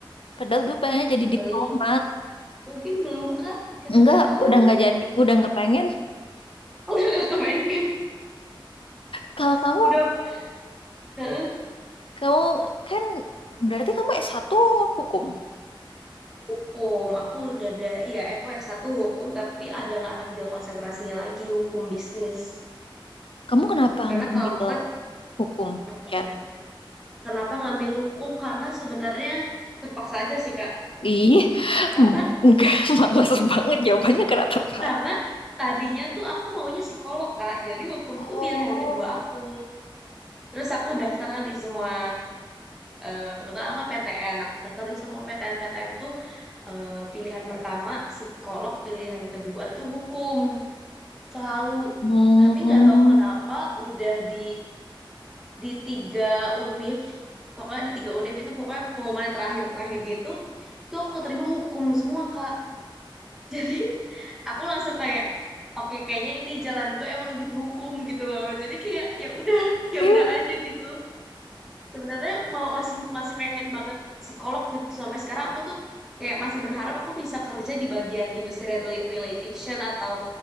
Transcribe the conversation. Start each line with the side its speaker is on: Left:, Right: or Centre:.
Left: padahal dulu pengennya jadi diplomat
Centre: Belum, mungkin belum Kak. Kita
Left: enggak
Centre: nggak tahu.
Left: udah nggak jadi udah nggak pengen
Centre: <laughs> Udah nggak kebayang.
Left: kalau kamu
Centre: Udah. Heeh.
Left: kamu kan berarti kamu s satu hukum
Centre: Hukum, aku udah ada, iya aku s satu hukum, tapi ada ngambil konsentrasinya lagi, hukum bisnis.
Left: kamu kenapa
Centre: Karena
Left: ngambil
Centre: kalau aku kan,
Left: hukum
Centre: apa
Left: ya
Centre: tuh? Kenapa ngambil hukum? Karena sebenarnya terpaksa aja sih, Kak.
Left: ih <laughs>
Centre: Karena
Left: enggak males banget jawabannya karena terpaksa
Centre: Karena tadinya tuh aku maunya psikolog, Kak. Jadi hukum
Left: oh
Centre: tuh pilihan kedua aku. Terus aku daftarlah di semua, eh, kebetulan aku kan PTN. Aku daftar di semua PTN-PTN tuh eh, pilihan pertama psikolog, pilihan kedua tuh hukum. Selalu.
Left: Oh.
Centre: Tapi nggak tahu kenapa udah di di tiga univ. Pokoknya ada tiga univ itu pokoknya pengumumannya terakhir-terakhir gitu. Itu aku keterima hukum semua, Kak. <laughs> Jadi aku langsung kayak oke kayaknya ini jalan gue emang dihukum gitu loh. Jadi kayak ya udah <laughs> ya
Left: <laughs>
Centre: udah aja gitu. Sebenarnya mau masih masih pengen banget psikolog gitu sampai sekarang aku tuh kayak masih berharap aku bisa kerja di bagian industrial rela- relation atau